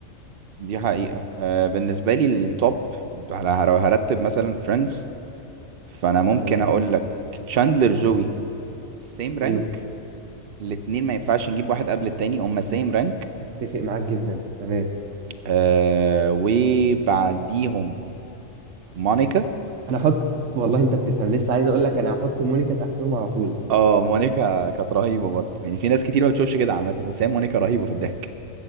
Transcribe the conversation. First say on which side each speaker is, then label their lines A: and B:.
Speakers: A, on the right (about 55°); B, on the right (about 80°).
A: دي حقيقة آه بالنسبة لي التوب على لو هرتب مثلا فريندز فأنا ممكن
B: تمام
A: أقول لك تشاندلر جوي سيم رانك
B: حلو
A: الاتنين ما ينفعش نجيب واحد قبل التاني هما سيم رانك
B: اتفق معاك جدا تمام
A: آه وبعديهم مونيكا
B: انا احط والله انت بتفهم لسه عايز اقول لك انا هحط مونيكا تحتهم على طول
A: اه مونيكا كانت رهيبة برضه يعني في ناس كتير ما بتشوفش كده عامة بس هي مونيكا رهيبة في الضحك